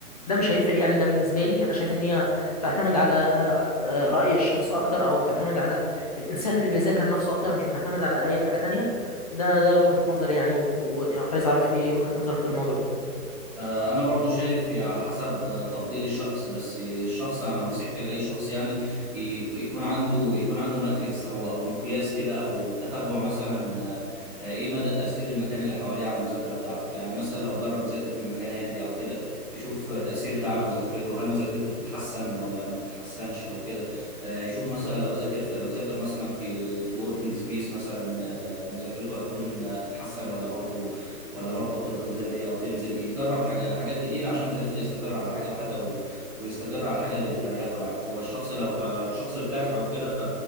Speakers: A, on the left (about 25°); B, in the centre.
A: ده مش هيفرق يعني ده بالنسبه لي انا شايف ان هي بتعتمد على آه، راي الشخص اكتر او بتعتمد على الانسان اللي بيذاكر نفسه اكتر مش بتعتمد على اي حاجه تانية ده ده وجهه نظري يعني و- وعايز اعرف ايه وجهه نظرك في الموضوع ده
B: آه، انا برضو شايف على حسب آه، تفضيل الشخص بس الشخص انا نصيحتي لاي شخص يعني ي- يكون عنده يكون عنده ماتريكس او او مقياس كده او تتبع مثلا آه، آه، ايه مدى تاثير المكان اللي حواليه على المذاكره بتاعته يعني مثلا لو جرب يذاكر في مكان هادي او كده يشوف تاثير ده على مذاكرته هل مذاكرته بتتحسن ولا ما بتتحسنش او كده آه، يشوف مثلا لو ذاكر في لو ذاكر مثلا في في وركينج سبيس مثلا آه، مذاكرته هتكون آه، تتحسن ولا برضو ولا برضه هتفضل زي ما هي او تنزل يجرب حاجه حاجات كتير عشان في الاخر يستقر على حاجه واحده و... ويستقر على الحاجه اللي بتريحه يعني هو الشخص لو ف... والشخص ارتاح او كده